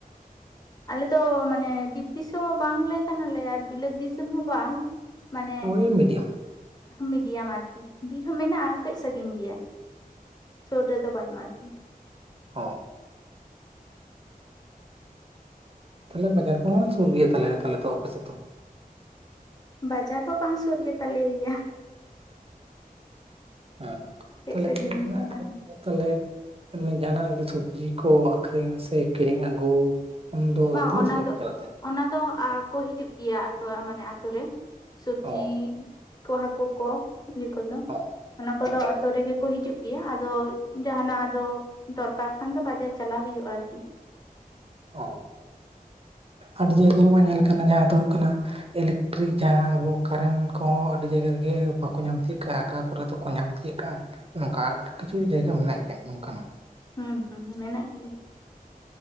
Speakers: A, on the left; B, on the right.
A: ᱟᱞᱮ ᱫᱚ ᱢᱟᱱᱮ ᱵᱤᱨ ᱫᱤᱥᱚᱢ ᱦᱚᱸ ᱵᱟᱝᱞᱮ ᱠᱟᱱᱟᱞᱮ ᱟᱨ ᱵᱤᱞᱟᱹᱛ ᱫᱤᱥᱚᱢ ᱦᱚᱸ ᱵᱟᱝ ᱾ ᱢᱟᱱᱮ,
B: ᱳᱭ ᱢᱤᱰᱤᱭᱟᱢ
A: ᱢᱤᱰᱤᱭᱟᱢ ᱟᱨᱠᱤ ᱾ ᱵᱤᱨ ᱦᱚᱸ ᱢᱮᱱᱟᱜᱼᱟ, ᱠᱟᱹᱡ ᱥᱟᱺᱜᱤᱧ ᱜᱮᱭᱟ ᱥᱩᱨ ᱨᱮᱫᱚ ᱵᱟᱹᱱᱩᱜᱼᱟ ᱟᱨᱠᱤ ᱾
B: ᱚᱦ ᱾ ᱛᱟᱦᱞᱮ ᱵᱟᱡᱟᱨ ᱠᱚᱦᱚᱸ ᱥᱩᱨ ᱜᱮᱭᱟ ᱛᱟᱦᱞᱮ ᱛᱚ ᱛᱟᱦᱚᱞᱮ ᱟᱯᱮ ᱥᱮᱫ ᱛᱚ?
A: ᱵᱟᱡᱟᱨ ᱫᱚ ᱵᱟᱝ ᱥᱩᱨ ᱜᱮ ᱛᱟᱞᱮᱜ ᱭᱟ ᱾
B: ᱟᱹ,
A: ᱠᱟᱹᱡ
B: ᱛᱟᱦᱞᱮ
A: ᱥᱟᱺᱜᱤᱧ
B: ᱠᱤᱨᱤᱧ ᱟᱹᱠᱷᱨᱤᱧ
A: ᱚᱱᱟ ᱦᱚᱸ᱾
B: ᱫᱚ ᱛᱟᱦᱞᱮ? ᱡᱟᱦᱟᱱᱟ-ᱜ ᱡᱩᱫᱤ ᱥᱚᱵᱽᱡᱤ ᱠᱚ ᱟᱹᱷᱨᱤᱧ, ᱥᱮ ᱠᱤᱨᱤᱧ ᱟᱹᱜᱩ ᱾ ᱩᱱ ᱫᱚ
A: ᱵᱟᱝ
B: ᱛᱤᱱᱟᱹᱜ
A: ᱚᱱᱟ
B: ᱥᱺᱜᱤᱧ
A: ᱫᱚ
B: ᱯᱮ ᱪᱟᱞᱟᱜ ᱛᱮ?
A: ᱚᱱᱟ ᱫᱚ ᱟᱠᱚ ᱦᱤᱡᱩᱜ ᱜᱮᱭ-ᱟ᱾ ᱢᱟᱱᱮ ᱟᱹᱛᱩ ᱨᱮ ᱥᱚᱵᱽᱡᱤᱼᱼ
B: ᱚ
A: ᱠᱚ ᱦᱟᱹᱠᱩ ᱠᱚ, ᱤᱭᱟᱹ ᱠᱚᱼᱫᱚ
B: ᱚ
A: ᱚᱱᱟ ᱠᱚᱼᱫᱚ
B: ᱦᱮᱸ
A: ᱟᱹᱛᱩ ᱨᱮᱜᱮᱼᱼ ᱠᱚ ᱦᱤᱡᱩᱜ ᱜᱮᱭ-ᱟ᱾ ᱟᱫᱚ ᱡᱟᱦᱱᱟᱜ ᱟᱫᱚ ᱫᱚᱨᱠᱟᱨ ᱠᱷᱟᱱ ᱫᱚ ᱵᱟᱡᱟᱨ ᱪᱟᱞᱟᱣ ᱦᱩᱭᱩᱜᱼᱟ᱾ ᱟᱨᱠᱤ
B: ᱚ ᱟᱹᱰᱤ ᱡᱟᱭᱜ-ᱟ ᱨᱮᱢᱟ ᱧᱮᱞ ᱠᱟᱱᱟ᱾ ᱡᱟᱦᱟᱸ ᱫᱚ ᱦᱩᱭᱩᱼᱜ ᱠᱟᱱᱟ ᱼᱼ ᱤᱞᱮᱠᱴᱨᱤᱠ ᱡᱟᱦᱟᱸ ᱟᱵᱚ ᱠᱟᱨᱮᱱᱴ ᱠᱚᱼᱦᱚᱸ ᱟᱹᱰᱤ ᱡᱟᱭᱜ-ᱟ᱾ ᱨᱮᱜᱮ ᱵᱟᱠᱚ ᱧᱟᱢ ᱛᱤᱭᱩᱜ ᱠᱟᱜᱼᱟ᱾ ᱟᱠᱟ ᱠᱚᱨᱮ ᱫᱚᱼᱼ ᱠᱚ ᱧᱟᱢ ᱛᱤᱭᱩᱜ ᱠᱟᱜᱼᱟ᱾ ᱱᱚᱝᱠᱟ ᱠᱤᱪᱷᱩ ᱡᱟᱭᱜ-ᱟ ᱢᱮᱱᱟᱜ ᱜᱮᱭᱟ᱾ ᱱᱚᱝᱠᱟᱱᱟᱜᱼᱼ
A: ᱦᱩᱸ, ᱦᱩᱸ, ᱩᱸ ᱢᱮᱱᱟᱜ ᱜᱮᱭᱟ᱾